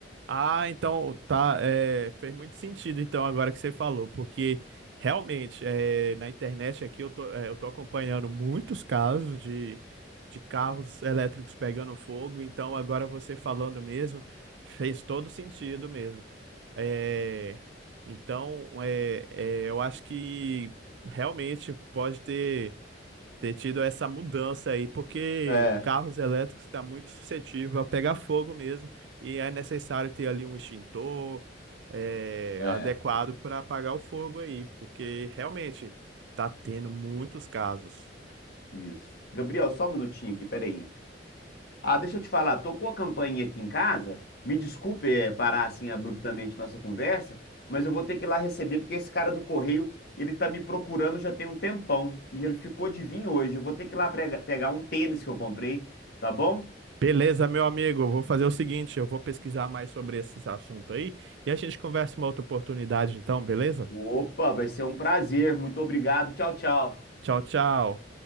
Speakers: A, on the right; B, on the left.
A: Ah, então tá, é, fez muito sentido então agora que você falou, porque realmente é, na internet aqui eu tô, é, eu tô acompanhando muitos casos de, de carros elétricos pegando fogo, então agora você falando mesmo fez todo sentido mesmo. É, então é, é, eu acho que realmente pode ter ter tido essa mudança aí, porque
B: É,
A: carros elétricos está muito suscetível a pegar fogo mesmo e é necessário ter ali um extintor eh,
B: é,
A: adequado para apagar o fogo aí, porque realmente está tendo muitos casos.
B: isso. Gabriel, só um minutinho aqui, peraí. Ah, deixa eu te falar, tocou a campainha aqui em casa. Me desculpe, eh, parar assim abruptamente nossa conversa, mas eu vou ter que ir lá receber porque esse cara do correio, ele tá me procurando já tem um tempão e ele ficou de vir hoje. Eu vou ter que ir lá prega- pegar um tênis que eu comprei, tá bom?
A: Beleza, meu amigo, eu vou fazer o seguinte, eu vou pesquisar mais sobre esse assunto aí e a gente conversa uma outra oportunidade então, beleza?
B: Opa, vai ser um prazer. Muito obrigado. Tchau, tchau.
A: Tchau, tchau.